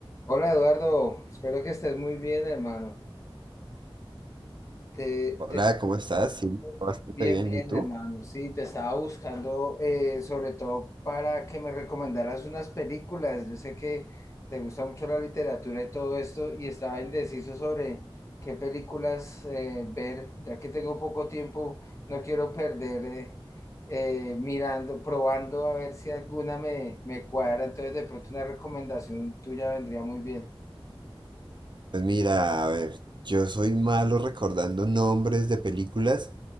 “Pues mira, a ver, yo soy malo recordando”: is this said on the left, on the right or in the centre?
Right